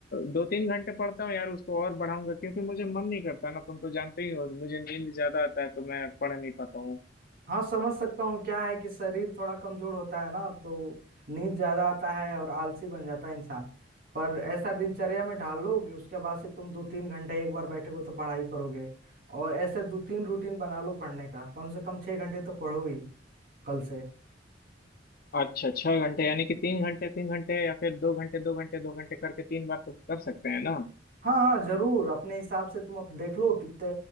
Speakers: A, on the left; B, on the right.
A: दो तीन घंटे पढ़ता हूँ यार उसको और बढ़ाऊंगा क्योंकि मुझे मन नहीं करता ना तुम तो जानते ही हो मुझे नींद ज्यादा आता है तो मैं पढ़ नहीं पाता हूँ
B: हाँ समझ सकता हूँ क्या है कि शरीर थोड़ा कमजोर होता है ना तो नींद ज्यादा आता है और आलसी बन जाता है इंसान पर ऐसा दिनचर्या में ढाल लो कि उसके बाद से तुम दो तीन घंटे एक बार बैठोगे तो पढ़ाई करोगे और ऐसे दो तीन रूटीन बना लो पढ़ने का कम से कम छह घंटे तो पढ़ो ही कल से
A: अच्छा छह घंटे यानी कि तीन घंटे तीन घंटे या फिर दो घंटे दो घंटे दो घंटे करके तीन बार तो कर सकते हैं ना
B: हाँ हाँ जरूर अपने हिसाब से तुम अप देख लो कितने